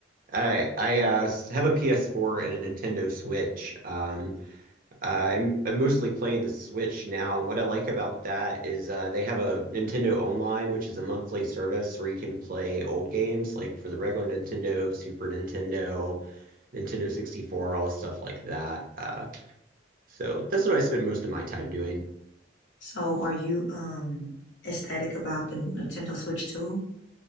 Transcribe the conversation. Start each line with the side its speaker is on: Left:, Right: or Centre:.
Right: I I uh, s- have a PS4 and a Nintendo Switch. Um, I'm I'm mostly playing the Switch now, and what I like about that is uh, they have a Nintendo Online, which is a monthly service where you can play old games like for the regular Nintendo, Super Nintendo, Nintendo 64, all stuff like that. Uh, so that's what I spend most of my time doing.
Left: So are you um ecstatic about the Nintendo Switch too?